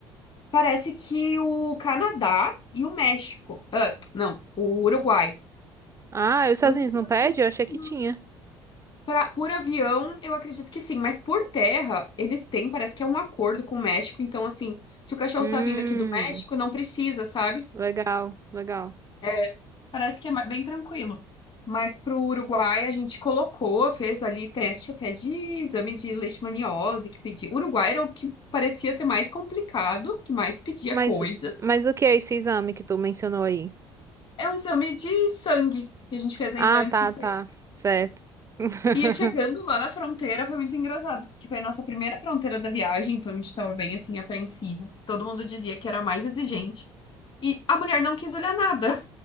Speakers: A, on the left (about 40°); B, on the right (about 25°).
A: Parece que o Canadá e o México. ah, não, o Uruguai.
B: Ah, e os Estados
A: Os
B: Unidos
A: Estados
B: não pede?
A: Unidos.
B: Eu achei que
A: não.
B: tinha.
A: Pra, por avião, eu acredito que sim, mas por terra, eles têm, parece que é um acordo com o México. Então, assim, se o cachorro
B: Hum,
A: tá vindo aqui do México, não precisa, sabe?
B: legal, legal.
A: É, parece que é ma- bem tranquilo. Mas para o Uruguai a gente colocou, fez ali teste até de exame de leishmaniose que pedia. Uruguai era o que parecia ser mais complicado, que mais pedia
B: Mas,
A: coisas.
B: mas o que é esse exame que tu mencionou aí?
A: É um exame de sangue que a gente fez ainda
B: Ah,
A: antes.
B: tá,
A: de sair.
B: tá, certo. <laughs>
A: E chegando lá na fronteira foi muito engraçado, porque foi a nossa primeira fronteira da viagem, então a gente estava bem assim apreensivo. Todo mundo dizia que era a mais exigente. E a mulher não quis olhar nada.